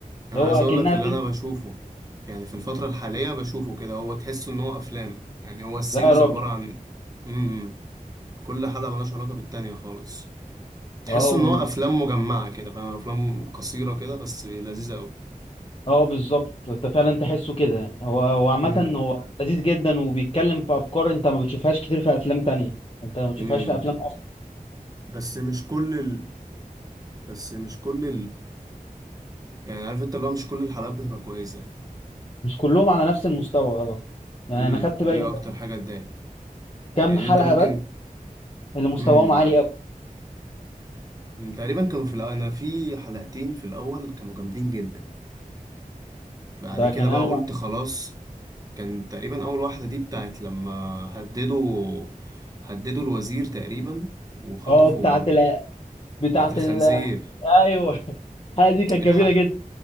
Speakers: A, on the right (about 25°); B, on the left (about 40°).
A: انا
B: هو
A: عايز
B: اكنها
A: اقول لك اللي
B: فيلم
A: انا بشوفه في- يعني في الفترة الحالية بشوفه كده هو تحس ان هو افلام يعني هو السيريز
B: لا يا راجل
A: عبارة عن امم كل حلقة ملهاش علاقة بالتانية خالص تحس
B: اه
A: ان
B: و-
A: هو افلام مجمعة كده فاهم افلام قصيرة كده بس لذيذة قوي
B: اه بالظبط انت فعلا تحسه كده يعني هو هو عامة
A: امم
B: هو لذيذ جدا وبيتكلم في افكار انت ما بتشوفهاش كتير في افلام تانية انت ما بتشوفهاش
A: امم
B: في افلام اصلا
A: بس مش كل ال... بس مش كل يعني عارف انت اللي هو مش كل الحلقات بتبقى كويسة
B: مش كلهم على نفس المستوى اه يعني
A: امم
B: انا خدت
A: دي
B: بالي من
A: اكتر حاجة تضايق
B: كام
A: لان
B: حلقة
A: انت ممكن
B: بس اللي مستواهم
A: امم معاك
B: عالي قوي
A: مم، تقريبا كانوا في الأ- انا في حلقتين في الاول كانوا جامدين جدا بعد
B: ده
A: كده
B: كان
A: بقى
B: انا
A: قلت خلاص كان تقريبا اول واحدة دي بتاعت لما هددوا هددوا الوزير تقريبا وخطفوا
B: اه بتاعت ال بتاعت
A: بتاعت الخنزير
B: ال ايوه <laughs> الحلقة دي كانت
A: الحق
B: جميلة جدا